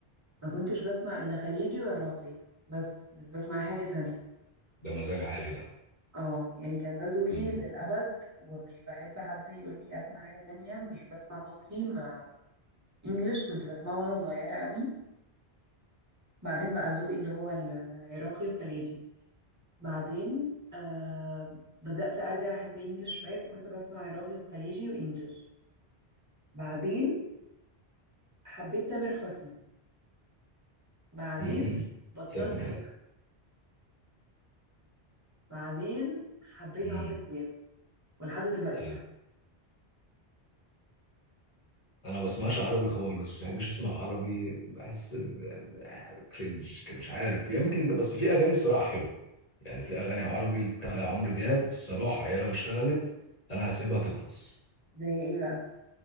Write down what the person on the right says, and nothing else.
ما كنتش بسمع الا خليجي وعراقي بس مش بسمع أي حاجة تانية
اه يعني كان ده ذوقي
للأبد ومش بحب حد يقول لي اسمع حاجة تانية مش بسمع مصري مع انجلش كنت بسمعه وانا صغيرة قوي بعدين بقى ذوقي اللي هو العراقي وخليجي بعدين آه بدأت أرجع أحب إنجلش شوية فكنت بسمع عراقي وخليجي وإنجلش بعدين حبيت تامر حسني بعدين
بطلت
أحبه بعدين حبيت
عمرو دياب ولحد دلوقتي
بحبه
زي ايه بقى